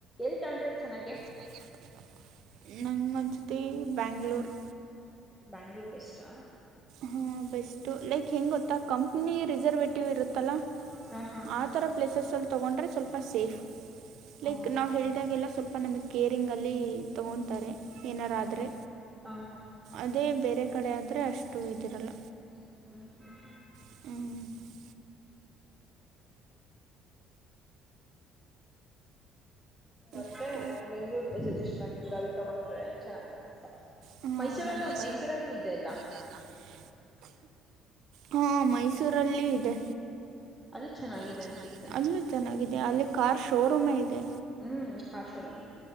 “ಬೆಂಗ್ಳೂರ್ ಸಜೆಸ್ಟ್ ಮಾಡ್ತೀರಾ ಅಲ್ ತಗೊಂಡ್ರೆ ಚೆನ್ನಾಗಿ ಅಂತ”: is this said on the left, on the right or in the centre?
Centre